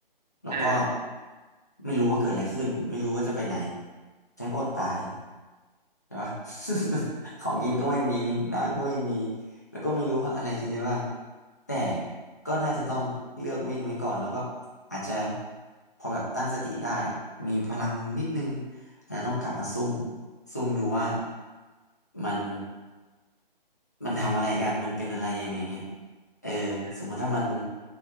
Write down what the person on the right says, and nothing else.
อืม
อืม